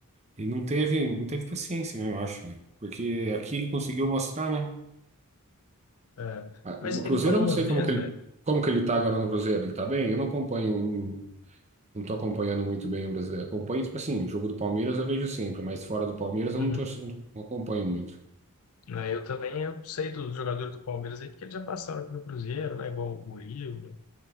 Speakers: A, on the right; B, on the left.
A: e não teve, não teve paciência mesmo, eu acho, né? Porque aqui ele conseguiu mostrar, né?
B: É,
A: Ah,
B: mas
A: No Cruzeiro
B: ele falou
A: eu não
B: uma
A: sei
B: vez,
A: como que ele,
B: velho.
A: como que ele tá agora no Cruzeiro, ele tá bem? Eu não acompanho, não, não tô acompanhando muito bem o brasileiro, acompanho, tipo assim, jogo do Palmeiras eu vejo sempre, mas fora do Palmeiras eu
B: Uhum.
A: não tô, não acompanho muito.
B: Né, eu também eu sei dos jogadores do Palmeiras aí, porque eles já passaram aqui no Cruzeiro, né? Igual o Murilo,